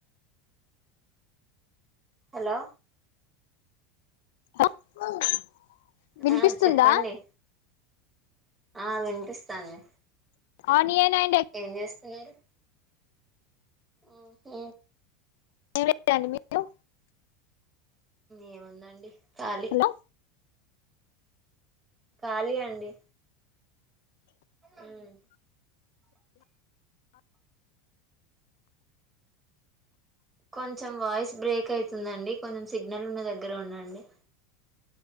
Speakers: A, on the right (about 15°); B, on the left (about 75°).
A: హలో
B: ఉంకుల్ వినిపిస్తుందా
A: ఆ చెప్పండి ఆ వినిపిస్తాంది
B: ఆనియన్ అండ్ ఎగ్
A: ఏం చేస్ తున్నారు ఉ హు
B: ఏం లేదండి మీరు
A: ఏముందండి కాలి
B: హలో
A: కాళీ అండి ఉమ్ కొంచెం వాయిస్ బ్రేక్ అయితుందండి కొంచెం సిగ్నల్ ఉన్న దగ్గర ఉండండి